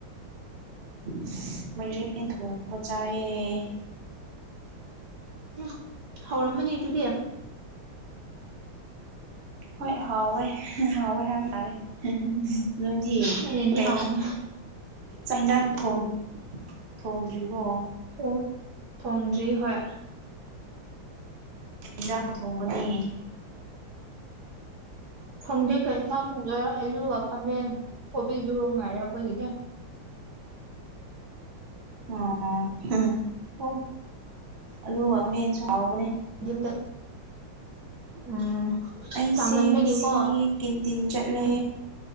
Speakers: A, on the right; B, on the right.
A: ꯁꯁ ꯃꯥꯏꯔꯦꯟ ꯊꯣꯡꯕ ꯆꯥꯏꯌꯦ
B: ꯍꯨꯝ ꯍꯥꯎꯔꯝꯃꯅꯤ ꯑꯗꯨꯗꯤ
A: ꯍꯣꯏ ꯍꯥꯎꯋꯦ ꯍꯥꯎꯋꯦ ꯍꯥꯏꯕ ꯇꯥꯔꯦ ꯍ
B: ꯎꯝ
A: ꯅꯣꯏꯗꯤ
B: ꯃꯥꯏꯔꯦꯟꯗꯤ
A: ꯀꯩ
B: ꯍꯥꯎꯕꯅꯦ
A: ꯆꯥꯛ ꯍꯤꯟꯖꯥꯡ ꯊꯣꯡ ꯊꯣꯡꯗ꯭ꯔꯤꯕꯣ
B: ꯊꯣꯡ ꯊꯣꯡꯗ꯭ꯔꯤ ꯍꯣꯏ
A: ꯍꯤꯟꯖꯥꯡ ꯊꯣꯡꯒꯅꯤ
B: ꯈꯪꯗꯦ ꯀꯩ ꯏꯟꯁꯥꯡ ꯊꯣꯡꯗꯣꯏꯔꯣ ꯑꯂꯨꯒ ꯈꯥꯃꯦꯟ ꯀꯣꯕꯤꯗꯨ ꯉꯥꯏꯔꯦ ꯑꯩꯈꯣꯏꯒꯤꯗꯤ
A: ꯑꯣ ꯍꯥ ꯍꯥ
B: ꯑꯣ
A: ꯑꯂꯨ ꯈꯥꯃꯦꯟꯁꯨ ꯍꯥꯎꯕꯅꯦ
B: ꯍꯟꯗꯛ ꯎꯝ
A: ꯑꯩꯁꯦ
B: ꯆꯥꯃꯟꯕꯒꯤꯀꯣ
A: ꯉꯁꯤ ꯀꯦꯟꯇꯤꯟ ꯆꯠꯂꯦ